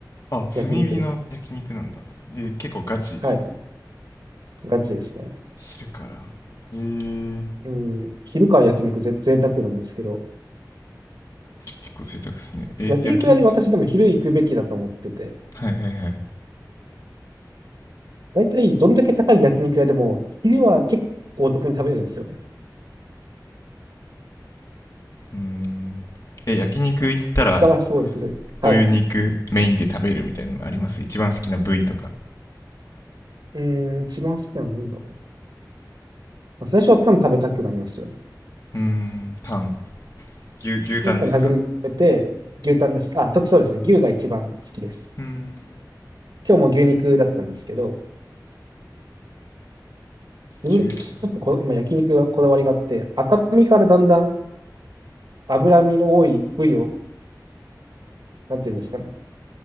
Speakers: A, on the left; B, on the right.
A: あ炭火の焼肉なんだえー結構ガチですね
B: 焼肉です。はい。ガチですね。
A: 昼からへえ
B: うん。昼から焼肉ぜ、贅沢なんですけど、
A: 結構贅沢ですねえ焼肉
B: 焼肉屋で私でも昼行くべきだと思ってて、
A: はいはいはい
B: 大体どんだけ高い焼肉屋でも、昼は結構お得に食べれるんですよね。
A: うーんえ焼肉行ったら
B: コスパがすごいすごい。はい。
A: どういう肉メインで食べるみたいなのあります一番好きな部位とか
B: うーん、一番好きなのなんだろう。まあ最初はパン食べたくなりますよね。
A: うーんタン牛牛タンですか
B: 1年間始めて、牛タンです。あ、特そうですね。牛が一番好きです。
A: うーん
B: 今日も牛肉だったんですけど、自分、
A: 牛タン
B: ちょっとこ、今焼肉はこだわりがあって、赤身からだんだん脂身の多い部位を、なんていうんですかね。